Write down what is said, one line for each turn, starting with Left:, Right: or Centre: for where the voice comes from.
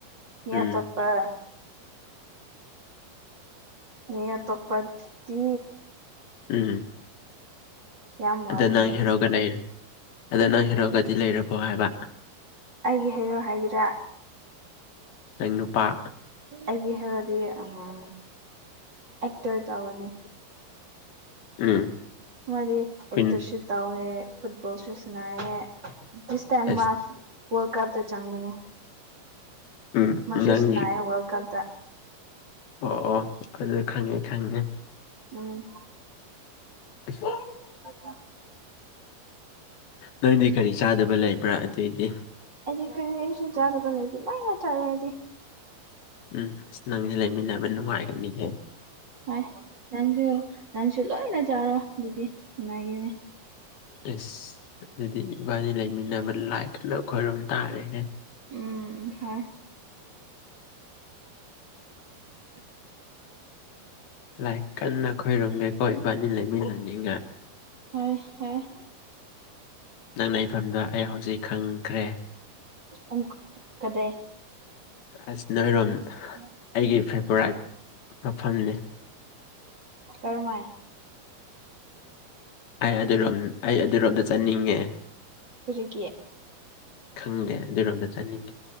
Right: ꯃꯤ
Left: ꯎꯝ
Right: ꯑꯇꯣꯞꯄ ꯃꯤ ꯑꯇꯣꯄꯇꯇꯤ
Left: ꯎꯝ
Right: ꯌꯥꯝ ꯋꯥꯒꯅꯤ
Left: ꯑꯗꯣ ꯅꯪ ꯍꯤꯔꯣꯒ ꯂꯩ ꯑꯗꯣ ꯅꯪ ꯍꯦꯔꯣꯒꯗꯤ ꯂꯩꯔꯕꯣ ꯍꯥꯏꯕ
Right: ꯑꯩꯒꯤ ꯍꯦꯔꯣ ꯍꯥꯏꯒꯦꯔꯥ
Left: ꯅꯪ ꯅꯨꯄꯥ
Right: ꯑꯩꯒꯤ ꯍꯦꯔꯣꯗꯤ ꯑꯥ ꯑꯦꯛꯇꯔ ꯇꯧꯕꯅꯦ
Left: ꯎꯝ
Right: ꯃꯥꯗꯤ ꯑꯦꯛꯇꯔꯁꯨ
Left: ꯀꯨꯟ
Right: ꯇꯧꯋꯦ ꯐꯨꯠꯕꯣꯜꯁꯨ ꯁꯅꯩꯌꯦ <inaudible> ꯁꯇꯝ
Left: ꯑꯁ
Right: ꯃꯥꯐ ꯋꯥꯔꯜ ꯀꯞꯇ ꯆꯪꯕꯅꯦ
Left: ꯎꯝ
Right: ꯃꯥꯁꯨ
Left: ꯅꯪꯒꯤ
Right: ꯁꯅꯩꯌꯦ ꯋꯥꯜ ꯀꯞꯇ
Left: ꯑꯣ ꯑꯣ ꯑꯗꯨꯗꯤ ꯈꯪꯉꯦ ꯈꯪꯉꯦ
Right: ꯎꯝ
Left: <unintelligible>
Right: <inaudible>
Left: ꯅꯪꯗꯤ ꯀꯔꯤ ꯆꯥꯗꯕ ꯂꯩꯕ꯭ꯔꯥ ꯑꯗꯨꯏꯗꯤ
Right: ꯍꯥꯏꯗꯤ ꯀꯔꯤꯁꯨ ꯆꯥꯗꯕ ꯂꯩꯇꯦ ꯂꯣꯏ ꯆꯥꯏꯑꯦ ꯑꯩꯗꯤ
Left: ꯎꯝ ꯅꯪꯁꯦ ꯂꯩꯃꯤꯟꯅꯕ ꯅꯨꯡꯉꯥꯏꯒꯅꯤꯌꯦ
Right: ꯍꯣꯏ ꯅꯪꯁꯨ ꯅꯪꯁꯨ ꯂꯣꯏꯅ ꯆꯥꯔꯣ ꯑꯗꯨꯗꯤ ꯅꯨꯡꯉꯥꯏꯒꯅꯤ
Left: ꯑꯦꯁ ꯑꯗꯨꯗꯤ ꯏꯕꯥꯅꯤ ꯂꯩꯃꯤꯟꯅꯕ ꯂꯥꯏ ꯀꯟꯅ ꯈꯣꯏꯔꯝ ꯇꯥꯔꯦꯍꯦ
Right: ꯎꯝ ꯍꯣꯏ <inaudible>
Left: ꯂꯥꯏ ꯀꯟꯅ ꯈꯣꯏꯔꯣꯝꯒꯦꯀꯣ ꯏꯕꯥꯅꯤ ꯂꯩꯃꯤꯟꯅꯅꯤꯡꯉꯥꯏ
Right: ꯍꯣꯏ ꯍꯣꯏ
Left: ꯅꯪ ꯂꯩꯐꯝꯗꯣ ꯑꯩ ꯍꯧꯖꯤꯛ ꯈꯪꯈ꯭ꯔꯦ
Right: ꯑꯪ ꯀꯗꯦ
Left: ꯑꯁ ꯅꯣꯏꯔꯣꯝ
Right: <inaudible>
Left: ꯑꯩꯒꯤ ꯐꯦꯕꯣꯔꯥꯏꯠ ꯃꯐꯝꯅꯤ
Right: ꯀꯔꯃꯥꯏ
Left: ꯑꯩ ꯑꯗꯨꯔꯣꯝ ꯑꯩ ꯑꯗꯨꯔꯣꯝꯗ ꯆꯠꯅꯤꯡꯉꯦ
Right: ꯍꯧꯖꯤꯀꯤ
Left: ꯈꯪꯗꯦ ꯑꯗꯨꯔꯣꯝꯗ ꯆꯠꯅꯤꯡꯉꯦ